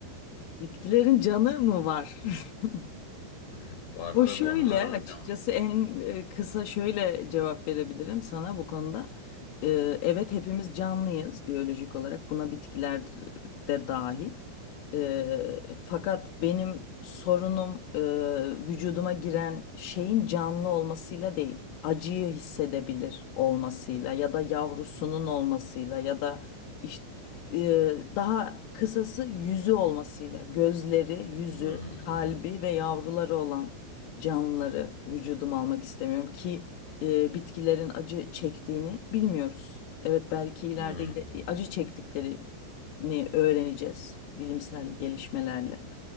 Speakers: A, on the left (about 90°); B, on the left (about 70°).
A: Bitkilerin canı mı var? <laughs>
B: <laughs> Var
A: O
B: tabii
A: şöyle
B: onlara
A: açıkçası
B: da can.
A: en e, kısa şöyle cevap verebilirim sana bu konuda. Ee, Evet hepimiz canlıyız biyolojik olarak buna bitkiler de dahil. Ee, fakat benim sorunum e, vücuduma giren şeyin canlı olmasıyla değil, acıyı hissedebilir olmasıyla ya da yavrusunun olmasıyla ya da işte e, daha kısası yüzü olmasıyla, gözleri, yüzü,
B: Hmm,
A: kalbi ve yavruları olan canlıları vücuduma almak istemiyorum ki e, bitkilerin acı çektiğini bilmiyoruz. Evet belki ileride
B: hmm,
A: ile- acı çektiklerini öğreneceğiz bilimsel gelişmelerle.